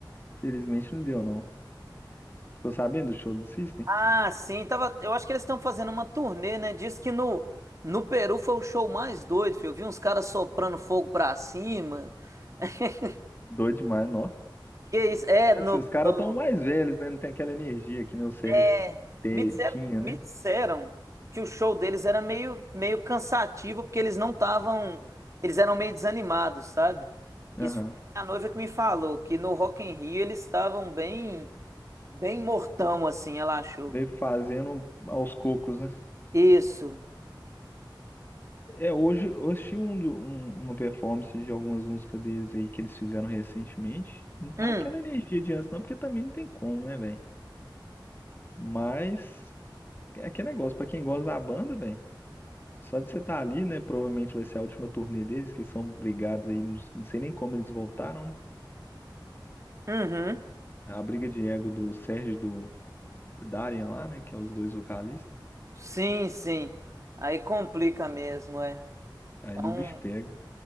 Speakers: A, on the left; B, on the right.
A: felizmente não deu, não. Ficou sabendo do show do System?
B: Ah, sim, tava, eu acho que eles estão fazendo uma turnê, né? Diz que no, no Peru foi o show mais doido, filho. Eu vi uns caras soprando fogo pra cima. <laughs>
A: Doido demais, não.
B: Que isso? É,
A: Assim,
B: no,
A: os caras
B: no,
A: estão mais velhos, né? Não tem aquela energia que nem o Sérgio
B: é,
A: te-
B: me disseram,
A: tinha,
B: me
A: né?
B: disseram que o show deles era meio, meio cansativo, porque eles não estavam, eles eram meio desanimados, sabe? Isso
A: Aham.
B: foi a noiva que me falou, que no Rock in Rio eles estavam bem, bem mortão, assim, ela achou.
A: Veio fazendo aos cocos, né?
B: Isso.
A: É, hoje eu assisti um, do- um- uma performance de algumas músicas deles aí que eles fizeram recentemente. Não tá
B: Hum,
A: aquela energia de antes, não, porque também não tem como, né, velho? Mas. É que é negócio, pra quem gosta da banda, velho. Só de você estar ali, né? Provavelmente vai ser a última turnê deles, que são brigados aí. Não não sei nem como eles voltaram, né?
B: uhum.
A: A briga de ego do Sérgio e do Darian lá, né? Que é os dois vocalistas.
B: Sim, sim. Aí complica mesmo, é.
A: Aí
B: É
A: o
B: um,
A: bicho pega.